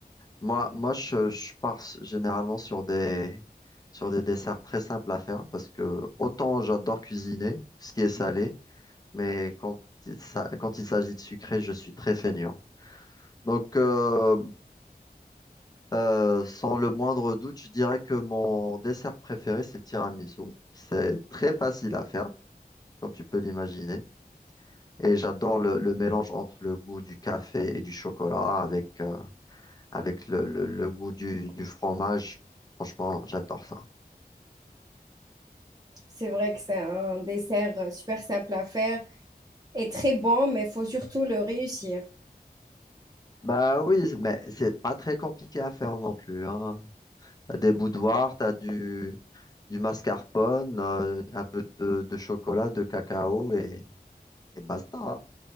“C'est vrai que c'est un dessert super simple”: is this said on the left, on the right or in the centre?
Right